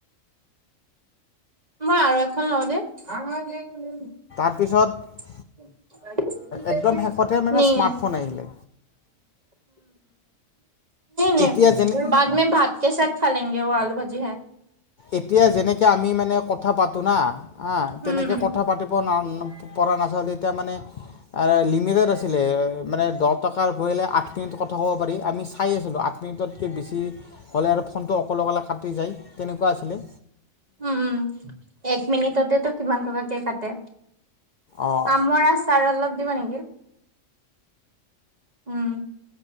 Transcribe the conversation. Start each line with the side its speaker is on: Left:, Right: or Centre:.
Right: মই আৰু এখন লওঁ দেই <unintelligible>
Left: তাৰপিছত
Right: <unintelligible>
Left: একদম শেষতে মানে
Right: নই
Left: স্মাৰ্টফোন আহিলে
Right: নই
Left: এতিয়া যেনে
Right: বাদমে ভাত কে চাথ খা লেংগে আলু ভাজি হে।
Left: এতিয়া যেনেকে আমি মানে ক কথা পাতো না হা তেনেকৈ
Right: উম, উম,
Left: কথা পাতিব ন পৰা নাচা এতিয়া মানে লিমিটড আছিলে মানে দহ টকাৰ ভৰিলে আঠ মিনিট কথা কব পাৰি চাই আছিলে আৰু আঠ মিনিটতকৈ বেছি হ'লে আৰু ফোনটো অকলে অকলে কাটি যায় তেনেকুৱা আছিলে
Right: উম এক মিনিটতেতো কিমান টকাকে কাটে
Left: অঁ
Right: আমৰ আচাৰ অলপ দিব নেকি উম।